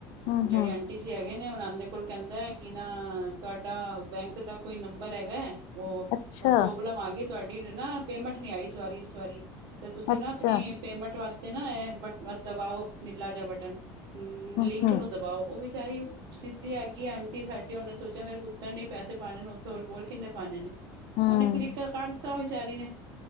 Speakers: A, on the left (about 65°); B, on the right (about 60°).
A: ਹੂੰ
B: ਜਿਹੜੇ
A: ਹੂੰ
B: ਆਂਟੀ ਟੀ ਜੀ ਹੈਗੇ ਨੇ ਉਹਦੇ ਕੋਲ ਕਹਿੰਦਾ ਕਿ ਨਾ ਤੁਹਾਡਾ ਬੈਂਕ ਦਾ ਕੋਈ ਨੰਬਰ ਹੈਗਾ। ਉਹ
A: ਅੱਛਾ
B: ਪ੍ਰੋਬਲਮ ਆ ਗਈ ਤੁਹਾਡੀ ਨਾ ਪੇਮੈਂਟ ਨੀ ਆਈ ਇਸ ਵਾਰੀ ਇਸ ਵਾਰੀ। ਤੇ ਤੁਸੀਂ
A: ਅੱਛਾ
B: ਨਾ ਆਪਣੀ ਪੇਮੈਂਟ ਵਾਸਤੇ ਨਾ ਇਹ ਬਟ ਦਬਾਓ ਨੀਲਾ ਜਹਾ ਬਟਨ। ਹਮ
A: ਹੂੰ
B: ਲਿੰਕ
A: ਹੂੰ
B: ਨੂੰ ਦਬਾਓ ਉਹ ਵਿਚਾਰੀ ਸਿੱਧੀ ਆ ਗਈ ਆਂਟੀ ਸਾਡੇ ਉਹਨੇ ਸੋਚਿਆ ਮੇਰੇ ਪੁੱਤਰ ਨੇ ਹੀ ਪੈਸੇ ਪਾਉਂਣੇ ਨੇ ਉੱਥੇ ਹੋਰ ਕਿੰਨੇ ਪਾਉਂਣੇ ਨੇ।
A: ਹੂੰ
B: ਉਹਨੇ ਕਲਿੱਕ ਕਰ ਦਿੱਤਾ ਵਿਚਾਰੀ ਨੇ